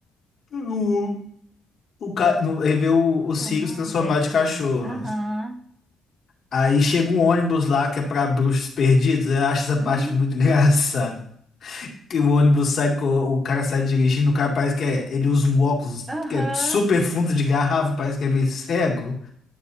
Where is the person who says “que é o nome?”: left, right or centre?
Right